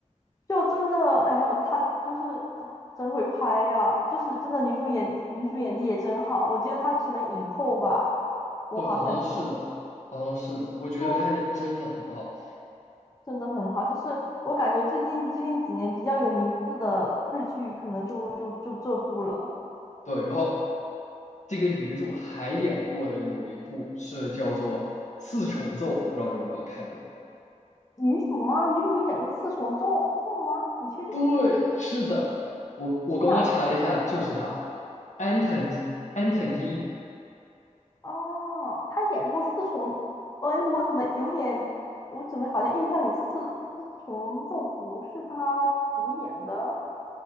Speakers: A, on the left; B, on the left.
A: 就真的，哎呀，他就是哎真会拍呀、就是真的女主演女主演技也真好。我记得她是什么影后吧，我好像记得，
B: 对，好像是的，好像是的，我觉得拍的真的很好，
A: 就真的很好。就是我感觉最近最近几年比较有名字的日剧，可能就就就这部了。
B: 对，然后这个女主还演过的有一部是叫做《四重奏》，我不知道你有没有看过，
A: 女主吗？女主有演过《四重奏》奏吗？你确定
B: 对，是的，我我刚刚查了一下，
A: 是哪？嗯，
B: 就是他，安藤安藤樱，
A: 哦，她演过《四重》。哎，我怎么有点，我怎么好像印象里四《四重奏》不是她主演的？